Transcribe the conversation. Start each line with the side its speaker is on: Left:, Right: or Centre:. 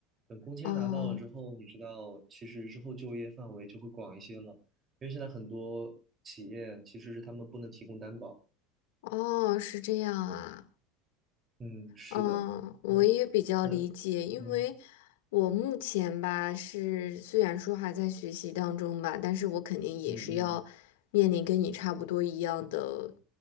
Right: 等工签拿到了之后，
Left: 哦，
Right: 你知道，其实之后就业范围就会广一些了，因为现在很多企业其实是他们不能提供担保。
Left: 哦，是这样啊，
Right: 嗯，是的，
Left: 嗯，我也比较理解，
Right: 那那
Left: 因为
Right: 嗯
Left: 我目前吧是虽然说还在学习当中吧，但是我肯定也是要面临跟你差不多一样的
Right: 嗯嗯，